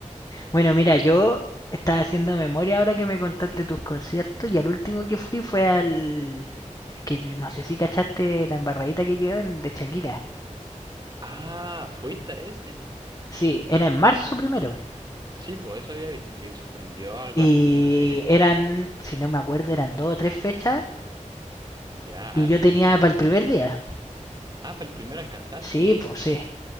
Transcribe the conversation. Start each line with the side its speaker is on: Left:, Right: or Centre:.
Left: Bueno, mira,
Right: Sí, Coincido.
Left: yo estaba haciendo memoria ahora que me contaste tus conciertos y al último que fui fue al... que no sé si cachaste la embarradita que quedó en- de Shakira.
Right: Ah, ¿fuiste a ese?
Left: Sí, era en marzo primero.
Right: Sí, pues eso había visto, que suspendió algo
Left: Y
Right: así, no sé qué pasó.
Left: eran, si no me acuerdo, eran dos o tres fechas
Right: Ya,
Left: y
Right: harta.
Left: yo tenía
Right: po.
Left: para el primer día.
Right: Ah, para el primero alcanzaste.
Left: Sí, pues sí.